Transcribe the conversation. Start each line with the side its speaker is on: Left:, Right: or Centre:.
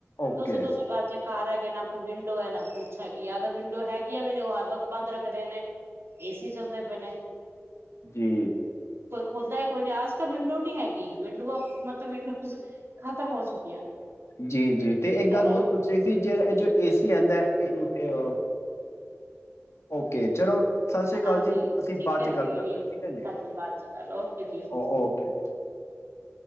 Left: ਓਕੇ
Right: ਦੋ ਸੌ ਦੋ ਸੌ ਗਜ ਘਰ ਹੈਗੇ ਨਾ ਕੋਈ ਵਿੰਡੋ ਹੈ ਨਾ ਕੁਛ ਅਗਰ ਵਿੰਡੋ ਹੈਗੀ ਆ ਵੀ ਨਹੀਂ ਉਹ ਹਰ ਵਕਤ ਬੰਦ ਰੱਖਦੇ ਨੇ ਏਸੀ ਚੱਲਦੇ ਪਏ ਨੇ
Left: ਜੀ
Right: ਹੁੰਦਾ ਕੋ ਆਜ ਕ ਵਿੰਡੋ ਨਹੀਂ ਹੈਗਾ <unintelligible> ਵਿਡ ਬੋ ਮਤ ਵਿੰਡ <unintelligible> ਖ਼ਤਮ ਹੋ ਚੁੱਕੀਆ ਨੇ
Left: ਜੀ ਜੀ ਤੇ ਇੱਕ
Right: ਚਲੋ
Left: ਗੱਲ ਹੋਰ ਪੁੱਛਣੀ ਸੀ ਜੇ ਇਹ ਜੋ ਏ ਸੀ ਆਉਂਦਾ ਰੁਪ ਓਕੇ ਚਲੋ <unintelligible>
Right: ਹਾਂਜੀ
Left: ਜੀ ਅਸੀਂ
Right: ਠੀਕ
Left: ਬਾਅਦ
Right: ਹੈ
Left: ਚ ਗੱਲ
Right: ਜੀ
Left: ਕਰਦੇ ਹਾਂ,
Right: ਧ
Left: ਠੀਕ ਹੈ ਜੀ
Right: ਬਾਦ ਚ ਗੱਲ ਓਕੇ ਜੀ੍ਰ
Left: ਓ
Right: <unintelligible>
Left: ਓਕੇ